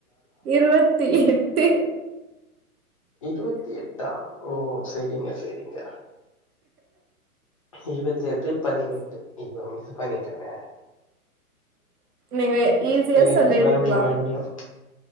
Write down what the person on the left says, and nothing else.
இருவத்தி எட்டா ஓ செரிங்க செரிங்க இருவத்தி எட்டு பதினெட்டு ஐயோ மிஸு பண்ணிட்டனே
செரி
மறுபடியு மறுபடியு